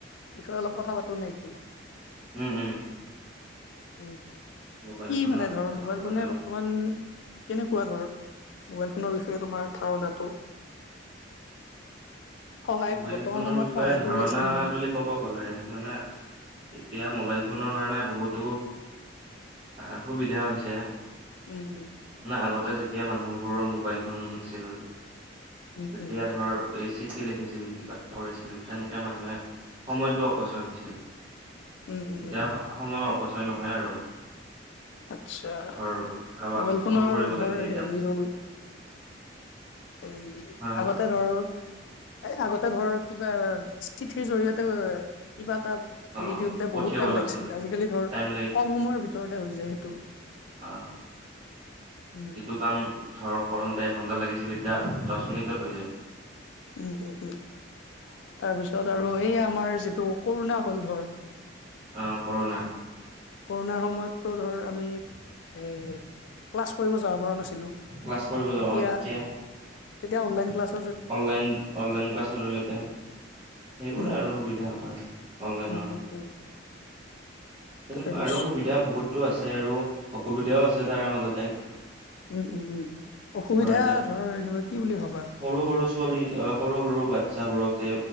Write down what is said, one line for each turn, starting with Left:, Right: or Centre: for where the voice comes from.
Left: বিষয়ে অলপ কথা পাতো নে কি?
Right: উম, উম।
Left: উম,
Right: মোবাইল
Left: কি
Right: ফোনৰ
Left: মানে
Right: বিষয়ে
Left: ধৰ মোবাইল
Right: কথা পাতিব
Left: ফোনে বৰ্তমান কেনেকুৱা ধৰ মোবাইল ফোনৰ বিষয়ে তোমাৰ ধাৰণাটো? সহায়
Right: মোবাইল
Left: বৰ্তমান
Right: ফোনৰ
Left: সময়ত
Right: বিষয়ে
Left: সহায়
Right: ধাৰণা
Left: কৰি আছে নে নাই
Right: বুলি ক'ব গ'লে মানে এতিয়া মোবাইল ফোনৰ কাৰণে বহুতো আহ সুবিধা হৈছে।
Left: উম উম
Right: না আগতে যেতিয়া মানুহ বোৰৰ মোবাইল ফোন নাছিল।
Left: উম,
Right: তেতিয়া
Left: উম,
Right: ধৰ এই চিঠি লিখিছি ছিল, কিবা কৰিছিল। তেনেকে মানুহে সময়টো অপচয় হৈছিল।
Left: উম, উম,
Right: এতিয়া
Left: উম,
Right: সময়ৰ অপচয় নহয় আৰু।
Left: আচ্ছা
Right: ধৰ কাৰোবাক
Left: মোবাইল ফোনৰ
Right: ফোন কৰিব
Left: ধৰ
Right: লাগিলে এতিয়া
Left: হেৰি হ'ল এই
Right: হা হা
Left: আগতে ধৰ এ আগত ধৰ কিবা চি চিঠিৰ জৰিয়তে কিবা তা
Right: অ
Left: এৰি দিওঁতে
Right: পঠিয়াব
Left: বহুত টাইম
Right: লাগিছিল
Left: লাগছিল। আজিকালি ধৰ
Right: টাইম
Left: কম সময়ৰ ভিতৰতে হৈ যায় সেইটো।
Right: অ,
Left: উম,
Right: এইটো কাম ধৰ কৰোনতে এঘন্টা লাগিছিলে। ইতা দছ মিনিটত হৈ যায়।
Left: উম, উম, উম। তাৰপিছত আৰু এই আমাৰ যিটো কৰুণা হ'ল ধৰ।
Right: অ কৰোনা।
Left: কৰোণাৰ সময়তো ধৰ আমি এ ক্লাছ কৰিব যাব পৰা নাছিলোঁ।
Right: ক্লাছ কৰিব যাওঁ
Left: এতিয়া,
Right: তেতিয়া
Left: এতিয়া অনলাইন ক্লাছ
Right: অনলাইন অনলাইন ক্লাছৰ জৰিয়তে সেইবোৰে
Left: উম,
Right: আৰু সুবিধা আমাৰ অনলাইনৰ।
Left: উম, উম, উম,
Right: তেনেকুৱা
Left: তাৰপিছত
Right: আৰু সুবিধা বহুতো আছে আৰু অসুবিধাও আছে তাৰে মাজতে।
Left: উম উম উম অসুবিধা
Right: ধৰ এতিয়া
Left: ধৰ এনেকুৱা কি বুলি ভাবা?
Right: সৰু সৰু ছোৱালী সৰু সৰু বাচ্ছাবোৰক যে